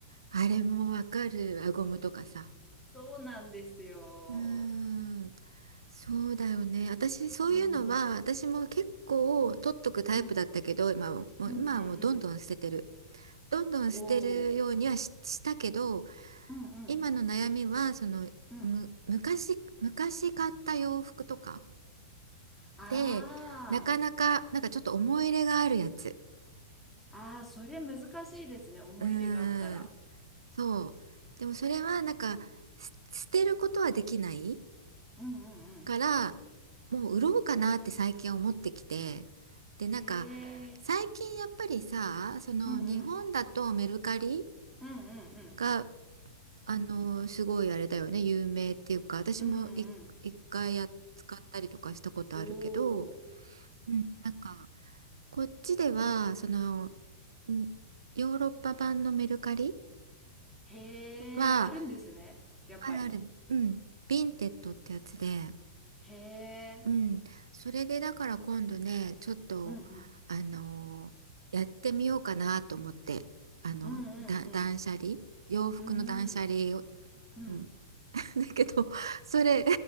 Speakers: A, on the right; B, in the centre.
A: あれもわかる。輪ゴムとかさ。
B: そうなんですよ。
A: うーん。そうだよね。私、そういうのは、
B: うん、うん、
A: 私も結構取っとくタイプだったけど、
B: うん、
A: 今はもう、
B: うん、
A: 今はもうどんどん捨ててる。
B: うん。
A: どんどん捨てるようにはし、
B: おお、
A: したけど、
B: うん、うん、
A: 今の悩みは、その、
B: うん。
A: む、昔、昔買った洋服とか
B: あ
A: で、なかなか、なんかちょっと思い入れがあるやつ。
B: あ、ああ、それ難しいですね。思い入れがあったら。
A: うーん、そう。でもそれはなんかす捨てることはできない
B: うん、うん、うん。
A: から、もう売ろうかなって最近思ってきて。で、なんか
B: へえ、
A: 最近やっぱりさ、その日本だとメルカリ
B: うん、うん、うん、うん、うん、
A: が、あのすごいあれだよね、有名っていうか、私もい一回やっ使ったりとかしたことあるけど、
B: うん、うん。おお、
A: うん、なんかこっちではそのんヨーロッパ版のメルカリ
B: へえ、
A: は
B: あるんですね。やっぱり。
A: あるある、うん、ヴィンテッドってやつで、
B: へえ、
A: うん、それでだから今度ね、ちょっと、
B: うん、うん、
A: あのーやってみようかなと思って、あの、
B: うん、うん、
A: だ、断捨離、洋服の断捨離を、
B: うん、うん、うん。
A: うん、<laughs> だけど、それ、